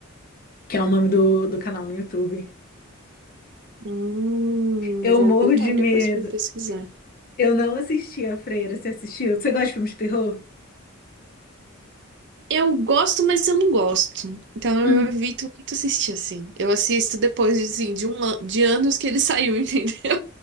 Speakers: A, on the left; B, on the right.
A: que é o nome do, do canal no YouTube.
B: Hum,
A: Eu
B: vou
A: morro
B: botar
A: de medo.
B: depois para pesquisar.
A: Eu não assisti a Freira. Você assistiu? Você gosta de filmes de terror?
B: Eu gosto, mas eu não gosto. Então
A: Hum.
B: eu evito muito assistir assim. Eu assisto depois assim, de, um, an- de anos que ele saiu, <laughs> entendeu?